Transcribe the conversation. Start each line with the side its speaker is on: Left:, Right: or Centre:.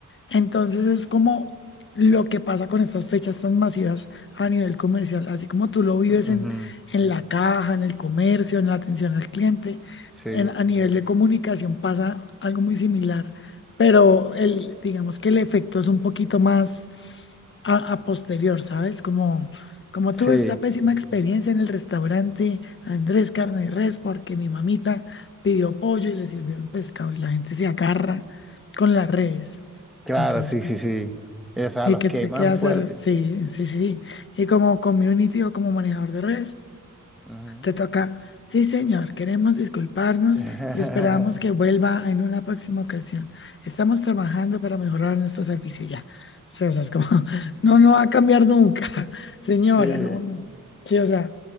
Left: Entonces es como lo que pasa con estas fechas tan masivas a nivel comercial, así como tú lo vives
Centre: Ujú.
Left: en, en la caja, en el comercio, en la atención al cliente,
Centre: Sí.
Left: en- a nivel de comunicación pasa algo muy similar, pero el, digamos que el efecto es un poquito más a, a posterior, ¿sabes? Como, como
Centre: Sí.
Left: tuve esta pésima experiencia en el restaurante Andrés Carne de Res, porque mi mamita pidió pollo y le sirvieron pescado y la gente se agarra con las redes.
Centre: Claro,
Left: Entonces,
Centre: sí,
Left: pues,
Centre: sí, sí. O sea,
Left: ¿y
Centre: los
Left: qué
Centre: queman
Left: te queda
Centre: fuerte.
Left: hacer? Sí, sí, sí. sí. Y como community o como manejador de redes.
Centre: Ujú.
Left: Te toca, sí señor, queremos disculparnos
Centre: <laughs>
Left: y esperamos que vuelva en una próxima ocasión. Estamos trabajando para mejorar nuestro servicio ya. Sí, o sea, es como, <laughs> no, no va a cambiar nunca, <laughs> señora,
Centre: Sí.
Left: no, no. Sí, o sea,